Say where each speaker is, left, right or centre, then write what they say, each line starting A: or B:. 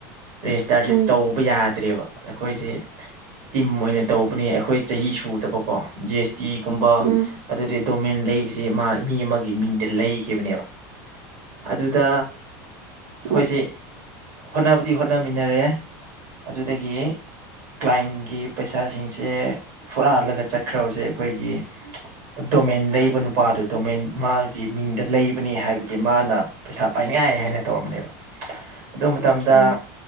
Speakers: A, on the right; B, on the right.
A: ꯔꯦꯖꯤꯁꯇꯥꯔꯁꯦ
B: ꯎꯝ
A: ꯇꯧꯕ ꯌꯥꯗ꯭ꯔꯦꯕ ꯑꯩꯈꯣꯏꯁꯦ ꯇꯤꯝ ꯑꯣꯏꯅ ꯇꯧꯕꯅꯦ ꯑꯩꯈꯣꯏ ꯆꯍꯤ ꯁꯨꯗꯕꯀꯣ ꯖꯤ ꯑꯦꯁ ꯇꯤꯒꯨꯝꯕ
B: ꯎꯝ
A: ꯑꯗꯨꯗꯤ ꯗꯣꯃꯦꯟ ꯂꯩꯕꯁꯤ ꯃꯥ ꯃꯤ ꯑꯃ ꯒꯤ ꯃꯤꯡꯗ ꯂꯩꯒꯤꯕꯅꯦꯕ ꯑꯗꯨꯗ ꯑꯩꯈꯣꯏꯁꯦ
B: ꯎꯝ ꯎꯝ
A: ꯍꯣꯠꯅꯕꯗꯤ ꯍꯣꯠꯅꯃꯤꯟꯅꯔꯦ ꯑꯗꯨꯗꯒꯤ ꯀ꯭ꯂꯥꯏꯟꯒꯤ ꯄꯩꯁꯥꯁꯤꯡꯁꯦ ꯍꯨꯔꯥꯜꯂꯒ ꯆꯠꯈ꯭ꯔꯕꯁꯦ ꯑꯩꯈꯣꯏꯒꯤ ꯗꯣꯃꯦꯟ ꯂꯩꯕ ꯅꯨꯄꯥꯗꯨ ꯗꯣꯃꯦꯟ ꯃꯥꯒꯤ ꯃꯤꯡꯗ ꯂꯩꯕꯅꯤ ꯍꯥꯏꯕꯒꯤ ꯃꯥꯅ ꯄꯩꯁꯥ ꯄꯥꯏ ꯌꯥꯏ ꯍꯥꯏꯅ ꯇꯧꯔꯝꯃꯅꯦꯕ ꯑꯗꯨ ꯃꯇꯝꯗ
B: ꯎꯝ